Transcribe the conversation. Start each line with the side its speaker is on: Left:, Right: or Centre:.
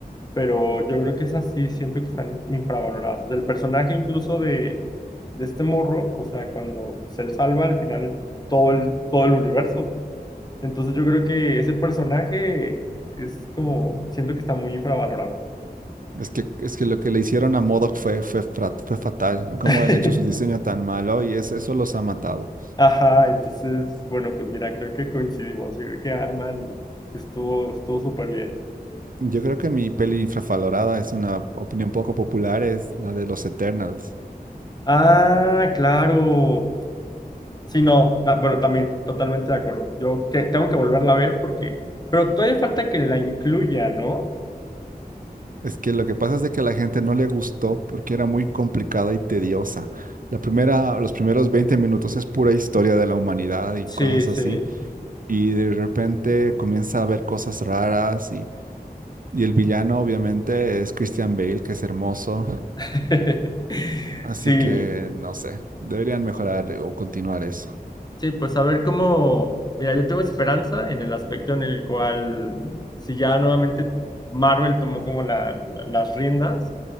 Left: pero yo creo que esas sí siento que están infravaloradas. O sea, el personaje incluso de, de este morro, o sea, cuando se le salva al final todo el, todo el universo. Entonces yo creo que ese personaje es como, siento que está muy infravalorado.
Right: Es que, es que lo que le hicieron a MODOK fue, fue, fra- fue fatal. Cómo
Left: <laughs>
Right: han hecho su diseño tan malo y es, eso los ha matado.
Left: Ajá, entonces, bueno, pues mira, creo que coincidimos. Yo creo que Ant-Man estuvo, estuvo súper bien.
Right: Yo creo que mi peli infravalorada es una opinión poco popular, es la de los Eternals.
Left: Ah, claro. Sí, no, ta- bueno, también, totalmente de acuerdo. Yo que- tengo que volverla a ver porque, pero todavía falta que la incluya, ¿no?
Right: Es que lo que pasa es de que a la gente no le gustó porque era muy complicada y tediosa. La primera, los primeros 20 minutos es pura historia de la humanidad y
Left: Sí,
Right: cosas
Left: sí.
Right: así. Y de repente comienza a haber cosas raras y, y el villano obviamente es Christian Bale, que es hermoso.
Left: <laughs>
Right: Así
Left: Sí,
Right: que no sé, deberían mejorar o continuar eso.
Left: sí, pues a ver cómo, mira, yo tengo esperanza en el aspecto en el cual, si ya nuevamente Marvel tomó como la- la- las riendas,